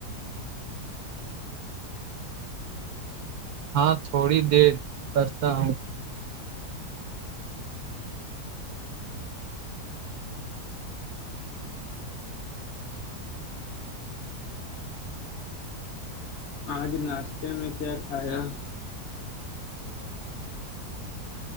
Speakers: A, on the right; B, on the left.
A: ہاں تھوڑی دیر کرتا ہوں
B: آج ناشتے میں کیا کھایا